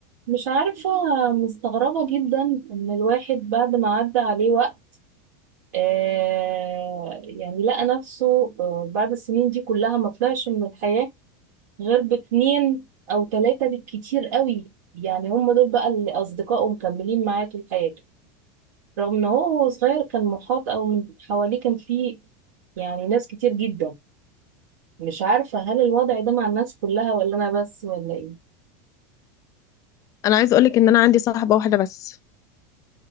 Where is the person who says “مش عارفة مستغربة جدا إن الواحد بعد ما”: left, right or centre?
Right